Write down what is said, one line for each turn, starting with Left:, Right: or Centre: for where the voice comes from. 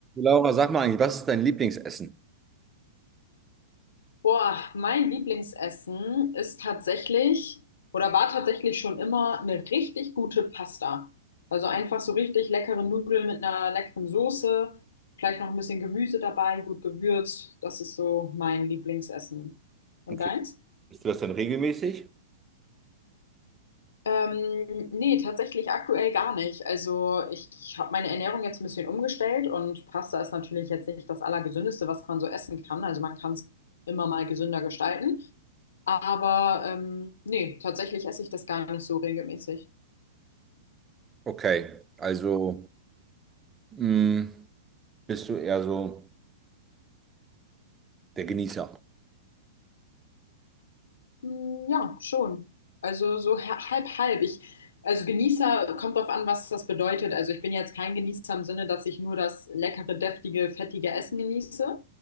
Right: Laura, sag mal eigentlich, was ist dein Lieblingsessen?
Left: Boah, mein Lieblingsessen ist tatsächlich oder war tatsächlich schon immer eine richtig gute Pasta. Also einfach so richtig leckere Nudeln mit einer leckeren Soße, vielleicht noch ein bisschen Gemüse dabei, gut gewürzt. Das ist so mein Lieblingsessen. Und
Right: Okay.
Left: deins?
Right: Isst du das denn regelmäßig?
Left: Ähm, nee, tatsächlich aktuell gar nicht. Also ich habe meine Ernährung jetzt ein bisschen umgestellt und Pasta ist natürlich jetzt nicht das Allergesündeste, was man so essen kann. Also man kann es immer mal gesünder gestalten. Aber ähm, nee, tatsächlich esse ich das gar nicht so regelmäßig.
Right: Okay, also mh, bist du eher so der Genießer.
Left: Hm, Ja, schon. Also so ha- halb, halb. Ich, also Genießer kommt drauf an, was das bedeutet. Also ich bin jetzt kein Genießer im Sinne, dass ich nur das leckere, deftige, fettige Essen genieße.